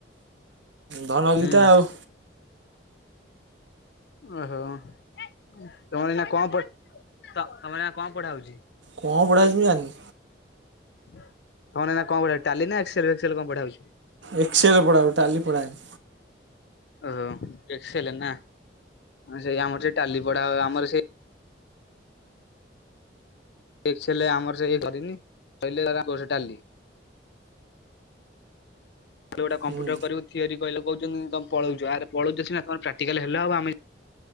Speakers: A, on the right; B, on the left.
A: ଧନ
B: ହୁଁ
A: ଦିଟା ଆଉ।
B: ଓହୋ। ତମର ଏଇନା କଣ ପ ତମର ଏଇନା କଣ ପଢା ହଉଛି?
A: କଣ ପଢ଼ାହେଇଚି ମୁଁ ଜାଣିନି।
B: ତମର ଏଇନା କଣ ପଢା ହଉ ଟାଲି ନା ଏକ୍ସସେଲ ଫେକ୍ସସେଲ କଣ ପଢାହୋଉଚି?
A: Excel ପଢାହଉଚି Tally ପଢ଼ାହେଇନି।
B: ଓହୋ ଏକ୍ସଲେ ନା? ସେଇ ଆମର ସେ ଟାଲି ପଢା ହବ ଆମର ସେ ଏକ୍ସଏଲ ରେ ଆମର ସେଇ କରିନି ସରିଲେ <unintelligible> ଟାଲି ଖାଲି ଗୋଟେ କମ୍ପୁଟର
A: ହୁଁ
B: କରିବୁ ଥିଓରି କହିଲେ କହୁଚନ୍ତି ତମେ ପଳଉଚ, ଆରେ ପଳଉଚ ସିନା ତମ ପ୍ରାକଟିକାଲ ହେଲେ ହବ ଆମେ